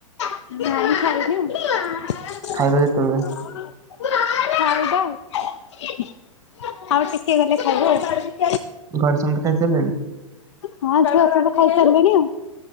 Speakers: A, on the left; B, on the right.
A: ନାଇ ଖାଇନି ଆଉ।
B: ଖାଇବେ
A: ଖାଇବା
B: କେତେବେଳେ?
A: ଆଉ ଆଉ ଟିକେ ଗଲେ ଖାଇବୁ ଆଉ।
B: ଘରେ ସମସ୍ତେ ଖାଇସାରିଲେଣି?
A: ହଁ ଛୁଆ ସବୁ ଖାଇସାରିଲେଣି ଆଉ।